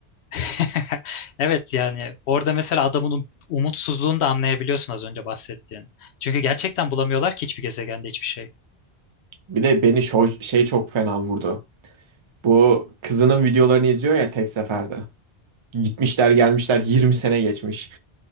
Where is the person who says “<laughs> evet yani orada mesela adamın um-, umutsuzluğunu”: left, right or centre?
Left